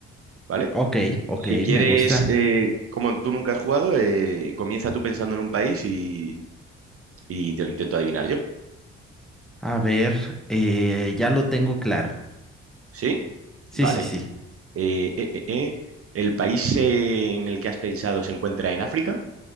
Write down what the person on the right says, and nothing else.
¿vale?
Si quieres,
eh, como tú nunca has jugado, eh, comienza tú pensando en un país y, y te lo intento adivinar yo.
¿Sí?
Vale.
Eh, eh, eh, eh. ¿El país eh, en el que has pensado se encuentra en África?